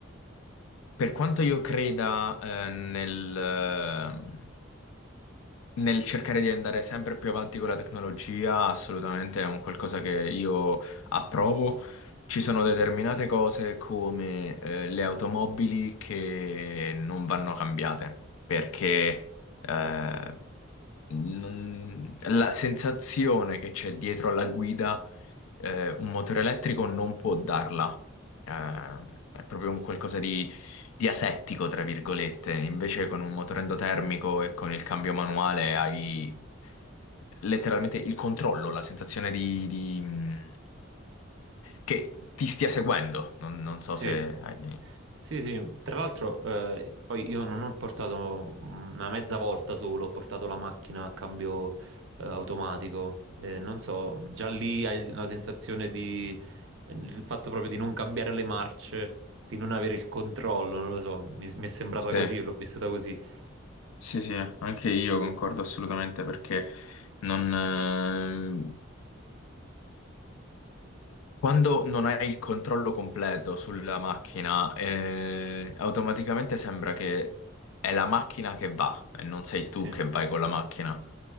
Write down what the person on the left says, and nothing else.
Per quanto io creda, eh, nel, ehm, nel cercare di andare sempre più avanti con la tecnologia, assolutamente è un qualcosa che io approvo. Ci sono determinate cose come, eh, le automobili che non vanno cambiate, perché, eh, non- la sensazione che c'è dietro alla guida, eh, un motore elettrico non può darla. Eh, è proprio un qualcosa di, di asettico, tra virgolette. Invece con un motore endotermico e con il cambio manuale hai letteralmente il controllo, la sensazione di, di, mh, che ti stia seguendo. Non, non so
se hai...
Sì,
sì, sì, anche io concordo assolutamente perché non... Quando non hai il controllo completo sulla macchina, eh, automaticamente sembra che è la macchina che va e non sei tu
che vai con la macchina.